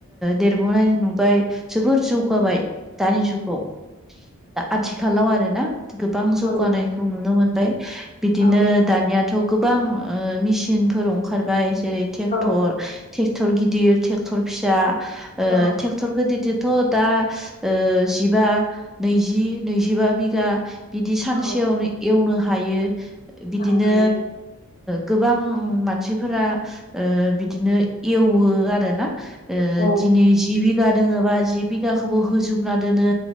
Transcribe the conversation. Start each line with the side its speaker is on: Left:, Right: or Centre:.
Centre: देरबोननानै नुबाय जोबोर जौगाबाय दानि जुगाव दा आथिखालाव आरोना। गोबां जौगानायखौ
Left: औ
Centre: नुनो मोनबाय बिदिनो
Left: औ
Centre: दानियाथ'। गोबां ओ मेसिनफोर ओंखारबाय जेरै ट्रेक्टर
Left: औ
Centre: ट्रेक्टर गिदिर ट्रेक्टर फिसा ओ
Left: औ
Centre: ट्रेक्टर गिदिरददिर थ' दा ओ जिबा नैजि नैजिबा बिघा बिदि सानसेयावनो
Left: औ
Centre: एवनो हायो बिदिनो
Left: औ हायो
Centre: गोबां मानसिफोरा ओ बिदिनो एवो आरोना ओ
Left: औ
Centre: दिनै जि बिघा दोङोबा जि बिघाखौबो होजोबना दोनो।